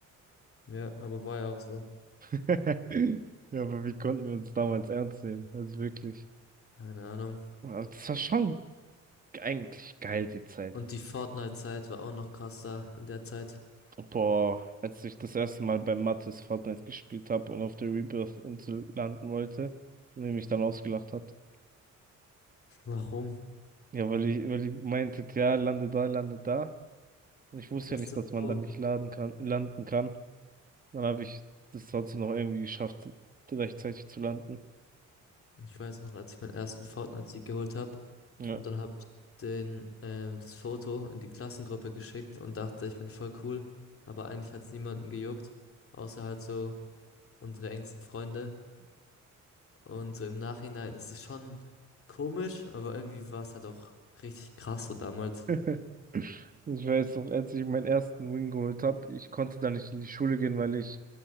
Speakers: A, on the left (about 45°); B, on the right (about 25°).
A: Ja, aber war ja auch so.
B: <laughs> Ja, aber wie konnten wir uns damals ernst nehmen? Also wirklich.
A: Keine Ahnung.
B: Aber Das war schon eigentlich geil, die Zeit.
A: Und die Fortnite-Zeit war auch noch krasser in der Zeit.
B: Boah, als ich das erste Mal bei Mattes Fortnite gespielt habe und auf der Rebirth-Insel landen wollte, und er mich dann ausgelacht hat.
A: Warum?
B: Ja, weil ich, weil ich meinte, ja, lande da, lande da. Und ich wusste
A: Ach
B: ja
A: so.
B: nicht, dass man da nicht laden kann, landen kann. Dann habe ich das trotzdem noch irgendwie geschafft, rechtzeitig zu landen.
A: Ich weiß noch, als ich meinen ersten Fortnite-Sieg geholt habe
B: Ja.
A: und dann habe ich den, ähm, das Foto in die Klassengruppe geschickt und dachte, ich bin voll cool, aber eigentlich hat es niemanden gejuckt, außer halt so unsere engsten Freunde. Und so im Nachhinein ist es schon komisch, aber irgendwie war es halt auch richtig krass so damals.
B: <laughs> Ich weiß noch, als ich meinen ersten Win geholt habe, ich konnte da nicht in die Schule gehen, weil ich